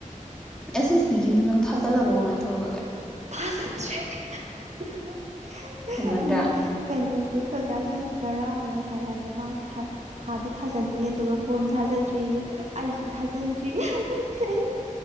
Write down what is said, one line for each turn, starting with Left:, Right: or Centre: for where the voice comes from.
Centre: ꯑꯦꯁ ꯑꯦꯁ ꯁꯤ ꯒꯤꯗꯣ ꯅꯪ ꯊꯥꯖꯤꯜꯂꯕꯣ ꯀꯃꯥꯏꯅ ꯇꯧꯒ꯭ꯔꯒꯦ
Right: ꯇꯥꯖꯟꯗ꯭ꯔꯤ <inaudible>
Centre: ꯍꯦꯟꯃꯟꯗ꯭ꯔꯥ
Right: ꯀꯩꯅꯣꯁꯨ ꯁꯤꯜꯕꯤꯌꯥꯁꯨ ꯉꯔꯥꯡꯅ ꯉꯁꯥꯏꯅ ꯍꯥꯏꯕꯅꯦ ꯃꯥꯁꯨ ꯊꯥ ꯊꯥꯗꯤ ꯊꯥꯖꯟꯅꯤꯡ ꯑꯗꯨꯒ ꯐꯣꯝ ꯊꯥꯖꯗ꯭ꯔꯤꯌꯦ ꯑꯩꯁꯨ ꯊꯥꯖꯟꯗ꯭ꯔꯤ ꯍꯥꯏꯒꯤꯅꯤ ꯑꯩꯅ